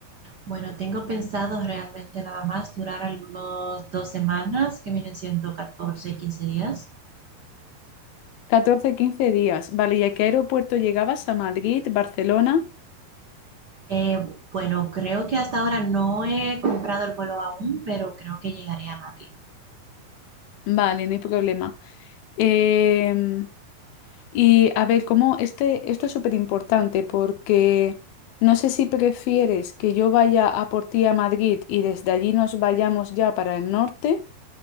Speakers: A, on the right (about 60°); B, on the left (about 75°).
A: Bueno, tengo pensado realmente nada más durar algunos dos semanas, que vienen siendo 14 15 días.
B: 14, 15 días. Vale, ¿y a qué aeropuerto llegabas? ¿A Madrid, Barcelona?
A: Eh, bueno, creo que hasta ahora no he comprado el vuelo aún, pero creo que llegaré a Madrid.
B: Vale, no hay problema. Em, Y a ver, cómo este, esto es súper importante porque no sé si prefieres que yo vaya a por ti a Madrid y desde allí nos vayamos ya para el norte,